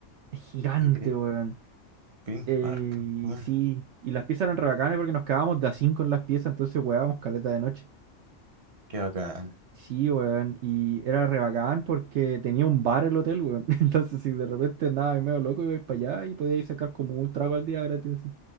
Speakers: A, on the right (about 65°); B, on the right (about 30°).
A: Es gigante,
B: Green,
A: weón.
B: Green
A: Eh,
B: Park. Bueno,
A: y sí, y las piezas eran re bacanes porque nos quedábamos de a cinco en las piezas, entonces weábamos caleta de noche.
B: qué bacán.
A: Sí, weón, y era re bacán porque tenía un bar el hotel, weón. <laughs> Entonces, si de repente andabas medio loco, ibais para allá y podíais sacar como un trago al día gratis. así.